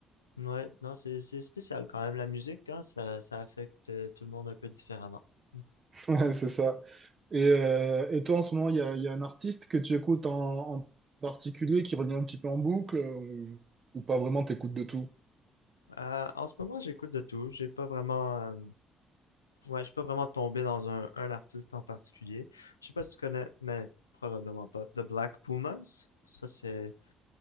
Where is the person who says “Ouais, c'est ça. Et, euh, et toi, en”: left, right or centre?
Right